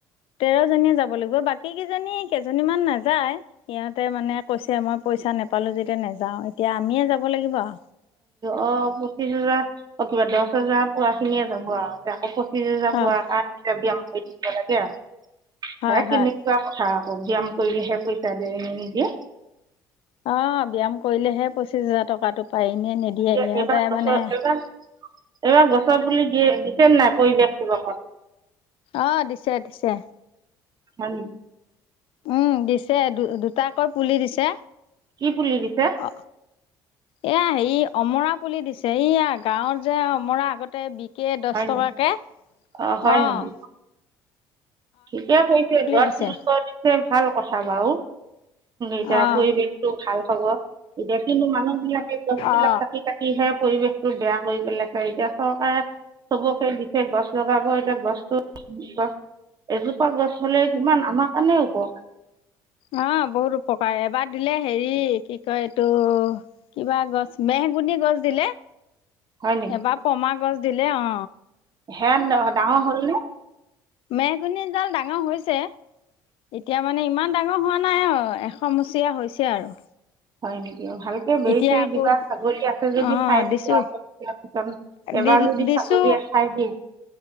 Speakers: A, on the left; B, on the right.
A: তেৰ জনীয়ে যাব লাগিব বাকী কেইজনী কেইজনী মমান নাযায় সিহঁতে মানে কৈছে মই পইচা নেপালো যেতিয়া নাযাও এতিয়া আমিয়ে যাব লাগিব আও।
B: অ পঁচিশ হোজাৰ অ কিবা দহ হেজাৰ পোৱা খিনিয়ে যাব আৰু আকৌ। ফ যাব
A: হয়
B: আৰু যাবি আও। সেই দিব লাগে আও।
A: হয়
B: হে
A: হয়
B: কেনেকুৱা কথা আও। ব্যায়াম কৰিলেহে পইচা দে এনে নিদিয়ে।
A: অ ব্যায়াম কৰিলেহে পঁচিশ হাজাৰ টকাতটো। পাৰি ন নিদিয়ে
B: এতিয়া
A: ইহঁতে
B: এইবাৰ গছৰ
A: মানে।
B: এইবাৰ এইবাৰ গছৰ পুলি দিয়ে দিছে ন নাই পৰিৱেশ দিৱসত।
A: অ দিছে দিছে।
B: হয়।
A: উম দিছে দু দুটাক। আকৌ পুলি দিছে।
B: কি পুলি দিছে।
A: অ এয়া হে অমৰা পুলি দিছে এইয়া গাঁৱত যে অমৰা আগতে বিষ। কেই দহ
B: হয় নি
A: টকাকৈ
B: অঁ হয়
A: অঁহ।
B: নেকি ঠিকে পছে গছ
A: দিছে
B: ন কৰিছে। ভাল কথা বাও। এতিয়া
A: অ
B: পৰিৱেশতটো ভাল হব এতিয়া কিন্তু মানুহ বিলাকে গছবিলাক
A: অ
B: কাটি কাটিহে। পৰিৱেশতটো বেয়া কৰি পেলাইছে এতিয়া চৰকাৰে চবকে দিছে গছ লগাব এতিয়া গছ, এজোপা গছ হলে কিমান আমাৰ কাৰণে উপকাৰ
A: অ বহুত উপকাৰ এবাৰ দিলে হেৰি কি কয় এইটো কিবা গছ মেহগুন গছ দিলে।
B: হয়
A: এবাৰ পমা গছ, দিলে অ,
B: হে ডাঙৰ হ'ল নে
A: মেগুনীডাল ডাঙৰ হৈছে এতিয়া মানে ইমান ডাঙৰ হোৱা নাই অ এশ মচা হৈছে আৰু-
B: হয় নেকি ভালকে বে
A: এতিয়া
B: চেৰি
A: আকৌ
B: দিবা ছাগলী আছে যদি
A: অ
B: খাই
A: দিছো
B: দিব আকৌৰ পিছত এবাৰ
A: দি
B: যদি
A: দিছো
B: ছাগলী খাই দিয়ে